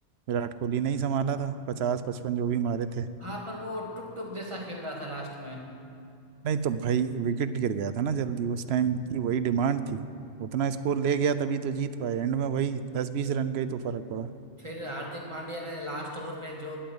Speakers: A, on the right; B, on the right.
A: विराट कोहली ने ही संभाला था पचास पचपन जो भी मारे थे
B: हाँ पर वो टुक टुक जैसा खेल रहा था लास्ट में
A: नहीं तो भाई विकेट गिर गया था ना जल्दी उस टाइम की वही डिमांड थी उतना स्कोर ले गया तभी तो जीत पाए एंड में वही दस बीस रन का ही तो फर्क पड़ा
B: फिर हार्दिक पांड्या ने लास्ट ओवर में जो